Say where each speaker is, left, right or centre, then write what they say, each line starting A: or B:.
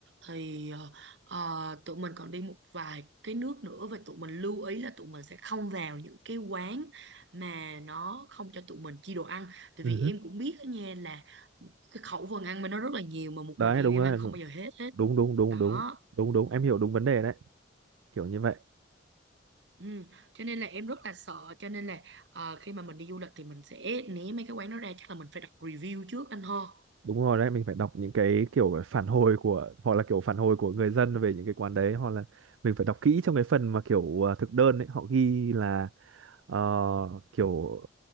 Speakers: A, on the right; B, on the right.
A: thì ờ, ờ, tụi mình còn đi một vài cái nước nữa và tụi mình lưu ý là tụi mình sẽ không vào những cái quán mà nó không cho tụi mình chi đồ ăn tại
B: Ừ.
A: vì em cũng biết đó nha là cái khẩu phần ăn mà nó rất là nhiều mà một mình
B: đấy
A: em
B: đúng
A: em
B: rồi
A: ăn không bao giờ hết hết
B: đúng đúng đúng
A: đó
B: đúng đúng đúng em hiểu đúng vấn đề đấy kiểu như vậy
A: Ừ. Cho nên là em rất là sợ cho nên là ờ, khi mà mình đi du lịch thì mình sẽ né mấy cái quán đó ra chắc là mình phải đọc review trước anh ho
B: đúng rồi đấy mình phải đọc những cái kiểu phản hồi của hoặc là kiểu phản hồi của người dân về những cái quán đấy hoặc là mình phải đọc kỹ trong cái phần mà kiểu ờ, thực đơn ấy họ ghi là ờ, kiểu